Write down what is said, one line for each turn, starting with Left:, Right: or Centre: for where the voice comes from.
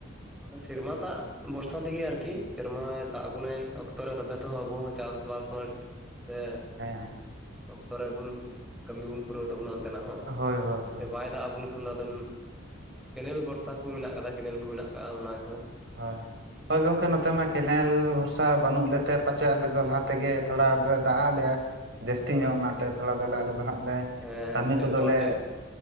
Centre: ᱟᱫᱚ ᱥᱮᱨᱢᱟ ᱫᱟᱜ ᱵᱷᱚᱨᱥᱟ ᱛᱮᱜᱮ ᱟᱨᱠᱤ ᱥᱮᱨᱢᱟ ᱫᱟᱜ ᱟᱵᱱᱟᱭ ᱚᱠᱛᱚ ᱨᱮ ᱛᱚᱵᱮ ᱡᱦᱚᱛᱚ ᱟᱵᱚ ᱦᱚᱸ ᱪᱟᱥ ᱵᱟᱥ <unintelligible> ᱥᱮ
Right: ᱦᱮᱸ᱾
Centre: ᱚᱠᱛᱚ ᱨᱮᱵᱚᱱ ᱠᱟᱹᱢᱤ ᱵᱚᱱ ᱯᱩᱨᱟᱹᱣ ᱛᱟᱵᱚᱱᱟ ᱚᱱᱛᱮᱱᱟᱜ ᱦᱚᱸ
Right: ᱦᱳᱭ ᱦᱳᱭ
Centre: ᱡᱛᱮ
Right: ᱦᱳᱭ
Centre: ᱵᱟᱭ ᱫᱟᱜ ᱟᱵᱚᱱ ᱠᱷᱟᱱ ᱟᱫᱚ ᱠᱮᱱᱮᱞ ᱵᱷᱚᱨᱥᱟ ᱠᱚ ᱢᱮᱱᱟᱜ ᱠᱟᱫᱟ ᱠᱮᱱᱮᱞ ᱠᱚ ᱢᱮᱱᱟᱜ ᱟᱠᱟᱫᱟ ᱚᱱᱟᱦᱚ ᱾
Right: ᱦᱳᱭ ᱦᱚᱭᱳ ᱜᱚᱢᱠᱮ ᱱᱚᱛᱮ ᱢᱟ ᱠᱮᱱᱮᱞ ᱵᱷᱚᱨᱥᱟ ᱵᱟᱹᱱᱩᱜ ᱞᱮᱛᱮ ᱯᱟᱪᱮᱜ ᱟᱞᱮᱫ ᱫᱚ ᱞᱟᱦᱟ ᱛᱮᱜᱮ ᱛᱷᱚᱲᱟ ᱫᱚ ᱫᱟᱜ ᱟᱜ ᱞᱮᱭᱟ ᱡᱟᱹᱥᱛᱤ
Centre: ᱦᱳᱭ
Right: ᱧᱚᱜ ᱚᱱᱟᱛᱮ ᱛᱷᱚᱲᱟ ᱫᱚᱞᱮ ᱟᱞᱮᱫᱚ ᱦᱟᱸᱜ ᱞᱮ
Centre: ᱦᱮᱸ
Right: ᱠᱟᱹᱢᱤ ᱠᱚᱫᱚᱞᱮ
Centre: ᱪᱚᱴ ᱪᱟᱸᱫ